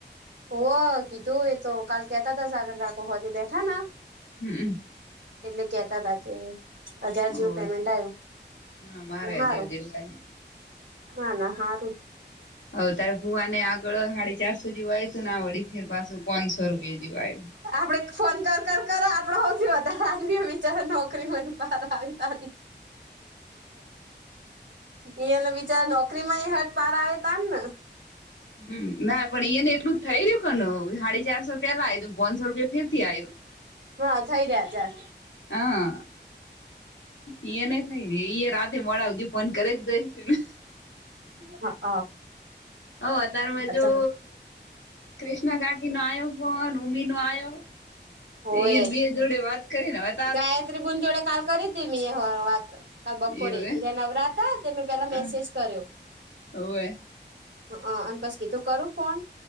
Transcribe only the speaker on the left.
હમમ
હોવે
હા મારે
હજાર જેવું આયુ
હવે તારે ભુવાને આગળ હાડી ચારસો જેવા આય ત ના વળી ફેર પાછો પાંચસો રૂપિયા જેવા આયા
હ ના પણ અહંયાને એટલું જ થઈય્યું કન હાડી ચારસો પેલા આયું તું પાંચસો રૂપિયા ફેરથી આયું
હા ઈએને થાય રે ઇએ રાતે મોડા હુંધી ફોન કરે જ જઈ છે ને
હવ અતાર માં જો
કૃષ્ના કાકી નો આયો ફોન મમ્મી નો આયો
ઇએન બે જોડે વાત કરીને હત
એવું
હે
હોવે